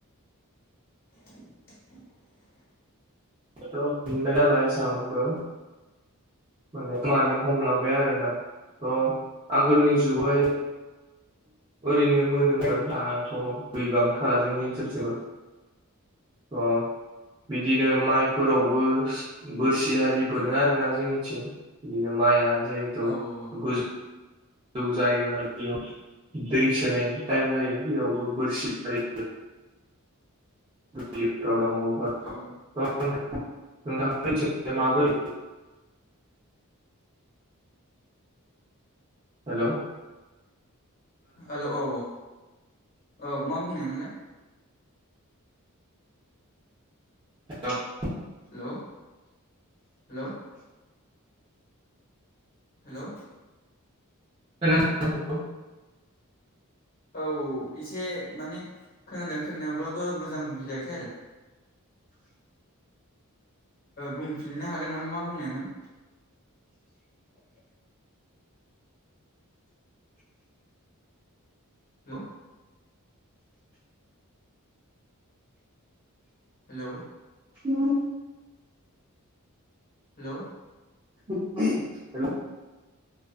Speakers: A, on the left; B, on the right.
A: <inaudible>
B: <unintelligible> माने
A: औ
B: मानो हमलांबाय आरोना थह आगोलनि जुगहाय ओरैनो मोनोमोनब्लाथ' गैबांथारा जोंनि ओनसोलथिंबो। अ बिदिनो माइ फोरावबो बोरसि हारि बोनो आरोना जोंनिथिं बिदिनो माइआ जे
A: औ औ
B: गुज <unintelligible> जौ जायो आरो बेयाव दै सोनायनि टाइम जायो बेयावबो बोरसि <unintelligible> दुब्लिफोराव दंगौफोर
A: औ।
B: नोंथां मोननिथिंलाय माबोरै? हेलौ।
A: हेल' औ औ मा बुंनायमोनलाय?
B: <unintelligible>
A: हेल' हेल'। हेल'।
B: खोनादोंना नोंथां?
A: औ एसे माने खोनादों खोनाबाबाबबो मोजां मुभि जायाखै आरो। बुंफिननो हागोन नामा मा बुंनायमोन। हेल'। हेलौ।
B: <unintelligible>
A: हेलौ।
B: <unintelligible> हेलौ।